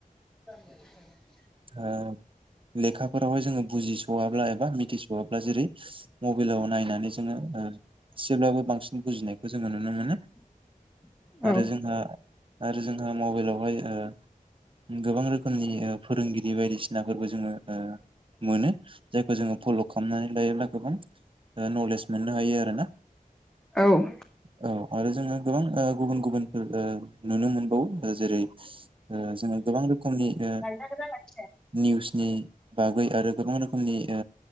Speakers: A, in the centre; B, on the right.
A: <inaudible>
B: ओ लेखाफोरावहाय जोङो बुजिस'वाब्ला एबा मिथिस'वाब्ला जेरै मबाइलाव नायनानै जोङो ओ एसेब्लाबो बांसिन बुजिनायखौ जोङो नुनो मोनो।
A: औ
B: आरो जोंहा आरो जोंहा मबाइलावहाय ओ गोबां रोखोमनि ओ फोरोंगिरि बायदिसि नाफोरबो जोङो ओ मोनो जायखौ जोङो फल' खालामनानै लायोब्ला गोबां ओ नलेज मोननो हायो आरो ना
A: औ उम
B: औ आरो जोङो गोबां गुबुन गुबुनफोर ओ नुनो मोनबावो जेरै ओ जोङो गोबां रोखोमनि ओ
A: जागोन जागोन
B: निउसनि बागै आरो गोबां रोखोमनि ओ